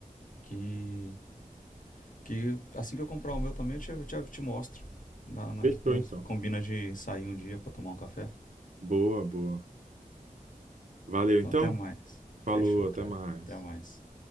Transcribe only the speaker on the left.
que, que assim que eu comprar o meu também eu te, eu te, eu te mostro. Dá- nós,
nós
combina de sair um dia pra tomar um café.
Então
até mais.
Fechou,
cara.
Até mais.